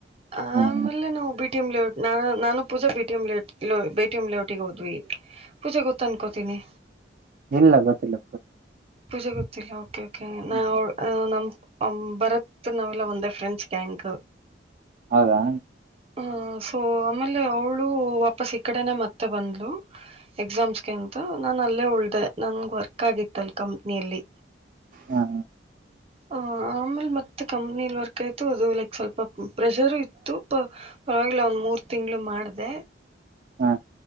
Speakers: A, on the right; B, on the right.
A: ಆಮೇಲೆ
B: ಹ್ಮ್ ಹ್ಮ್
A: ನಾವು ಬಿಟ್ ಟಿಔಟ್ ನ ನಾನು ಪೂಜಾ ಬಿಟಿ ಎಔ ಬಟಿ ಎಮ್ ಲೇಔಟಿಗೆ ಹೋದ್ವಿ ಪೂಜೆ ಗೊತ್ತ ಅನ್ಕೋತೀನಿ
B: ಇಲ್ಲ ಗೊತ್ತಿಲ್ಲ
A: ಪೂಜೆ ಗತ್ತಲ್ಲ ಓಕೆ ಕೆ ನ
B: ಹ್ಮ್
A: ಬರತ್ ನಾವೆಲ್ಲ ಒಂದೇ ಫ್ರೆಂಚ್ ಗ್ಯಾಂಗ್
B: ಹೌದಾ
A: ಹ್ಮ ಸೊ ಆಮೇಲೆ ಅವ್ಳು ವಾಪಸ್ ಈ ಕಡೆನೆ ಮತ್ತೆ ಬಂದ್ಲು ಎಕ್ಸಾಮ್ಸ್ಗೆಂತು ನಾನ ಅಲ್ಲೇ ಉಳ್ದ ನನ್ಗೆ ವರ್ಕ್ ಆಗಿತ್ತ ಅಲ್ ಕಂಪ್ನಿಯಲ್ಲಿ
B: ಹಾ
A: ಹ ನಲ್ ಮ ಕಂಪ್ನಿ ವರ್ಕ್ ಆಯತು ಅದು ಲೈಕ್ ಸ್ವಲ್ಪ ಪ್ರೆಷರ್ ಇತ್ತು ಪರವಾಗಿಲ್ಲ ಒಂದ ಮೂರು ಷ್ಟ ತಿಂಗಳು ಮಾಡ್ದ
B: ಹಾ